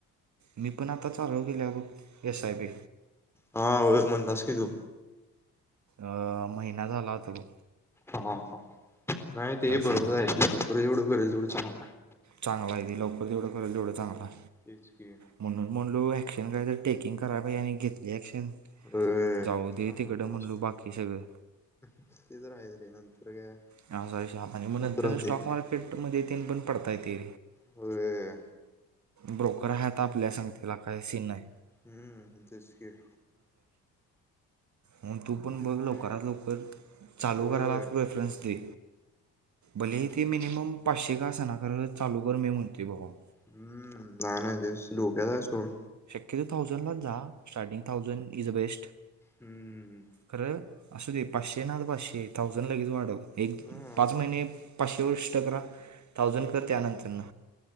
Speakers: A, on the right; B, in the centre.
A: मी पण आता चालू केेलिया बघ एस आय पी
B: हा म्हणलास की तू
A: अ महिना झाला होता ग.
B: हा हा नाही ते बरोबरचय
A: सीन आहे
B: पप एवढं करेल तेवढं चांग.
A: चांगला आहे तेे लवकर तेवढं केल तेवढा चांगला
B: तेच की
A: म्हणून म्हणलो क्शन काय टेकंग करा पाहिे आणि घेतलीक्शन
B: होय
A: जाऊ दे
B: चांगलं
A: तिकडं
B: केलास
A: म्हणलू
B: की.
A: बाकी सगळं.
B: ते तर आहेच रे नंतर काय
A: हा सॉरी शाप आणि मग
B: होत
A: नंतर
B: राहते.
A: स्टॉक मार्केट मध्ये त पण पडता येतरी
B: होर
A: ब्रोकर आहेता आपल्या सांगतेला काय सीन नाही.
B: हम्म तेचक
A: म तू पण बघ
B: नाही.
A: लवकरात लवकर चालू
B: होय
A: करायला
B: होय.
A: प्रेफरन्स दे. भले ते मिनिमम पाचशे का अस ना खरं चालू कर मी म्हणते बाबा.
B: हम्म ना नाही ते दोप्याला सोड.
A: शक्के थाउजंड लाच जा starting thousand is the best.
B: हम्मम् हम्!
A: खरं असू दे पाचशे ना तर पाचशे थाउजंड लगेच वाढव एक
B: हा
A: पाच महिने. पाचशे वर्षकरा थाउजंड कर त्यानंतरन